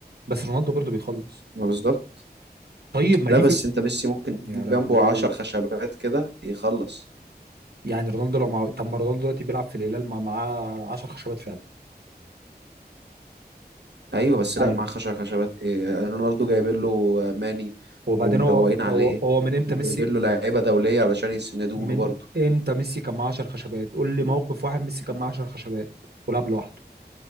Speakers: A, on the right; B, on the right.
A: بس رونالدو برضه بيخلص
B: ما بالظبط
A: طيب ما
B: لا
A: دي
B: بس
A: في
B: انت ميسي ممكن
A: يا
B: تجيب
A: لهوي
B: جنبه عشر خشبات كده يخلص
A: يعني رونالدو لو معاه طب ما رونالدو دلوقتي بيلعب في الهلال مع معاه 10 خشبات فعلا
B: ايوه بس لا
A: عادي
B: مع عشر خشبات إيه رونالدو جايبين له ماني
A: وبعدين
B: ومروقين
A: هو
B: عليه
A: هو هو من امتى
B: وجايبين
A: ميسي
B: له لعيبة دولية علشان يسندوا
A: من
B: له برضه
A: امتى ميسي كان معاه 10 خشبات قول لي موقف واحد ميسي كان معاه 10 خشبات ولعب لوحده